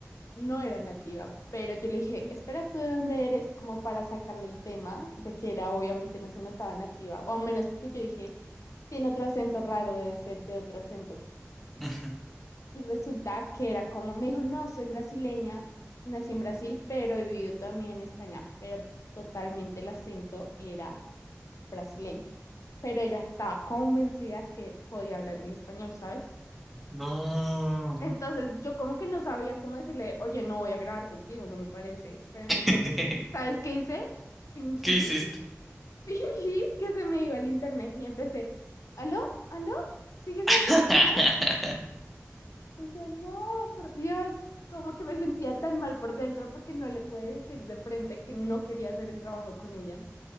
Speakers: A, on the left (about 80°); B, in the centre.
A: no era nativa, pero yo le dije, espera, ¿tú de dónde eres? Como para sacarle el tema de que era, obviamente no se notaba nativa, o al menos porque yo dije, tiene otro acento raro, debe ser de otro acento.
B: ujú.
A: Y resulta que era como, me dijo, no, soy brasileña, nací en Brasil, pero he vivido también en España, pero totalmente el acento era brasileño. Pero ella estaba convencida que podía hablar el español, ¿sabes?
B: No.
A: Entonces yo como que no sabía cómo decirle, oye, no voy a grabar contigo, no me parece. Pero entonces,
B: <laughs>
A: ¿sabes qué hice? Fingí,
B: ¿Qué hiciste?
A: <laughs> fingí que se me iba el internet y empecé, ¿aló? ¿Aló? ¿Sigues ahí?
B: <laughs>
A: ¿Aló? Y yo, no, por Dios, como que me sentía tan mal por dentro porque no le pude decir de frente que no quería hacer el trabajo con ella.